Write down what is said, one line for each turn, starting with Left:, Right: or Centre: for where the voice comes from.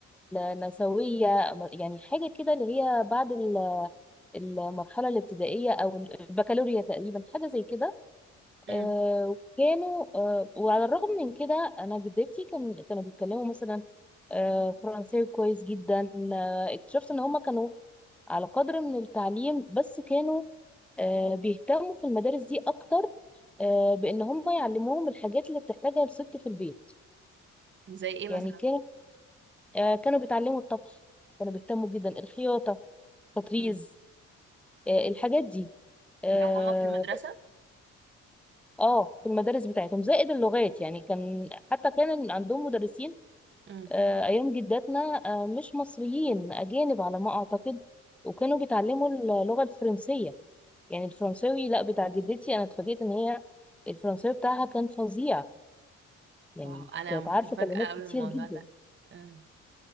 Centre: النسوية يعني حاجة كده اللي هي بعد المرحلة الابتدائية أو البكالوريا تقريبا حاجة زي كده
Right: امم
Centre: آه، كانوا آه، وعلى الرغم من كده أنا جدتي كان كانوا بيتكلموا مثلا آه، فرنساوي كويس جدا آه، اكتشفت إن هما كانوا على قدر من التعليم بس كانوا آه، بيهتموا في المدارس دي أكتر آه، بإن هما يعلموهم الحاجات اللي بتحتاجها الست في البيت
Right: زي ايه مثلا
Centre: يعني كانوا آه، كانوا بيتعلموا الطبخ كانوا بيهتموا جدا الخياطة تطريز
Right: امم
Centre: آه، الحاجات دي آه،
Right: لو هما في المدرسة
Centre: اه في المدارس بتاعتهم زائد اللغات يعني كان حتى كان عندهم مدرسين
Right: امم
Centre: آه، ايام جداتنا آه، مش مصريين اجانب على ما اعتقد وكانوا بيتعلموا اللغه الفرنسيه يعني الفرنساوي لا بتاع جدتي انا اتفاجئت ان هي الفرنساوي بتاعها كان فظيع يعني
Right: واو انا
Centre: كانت
Right: متفاجئة
Centre: عارفه كلمات
Right: قوي
Centre: كتير
Right: من الموضوع
Centre: جدا
Right: ده امم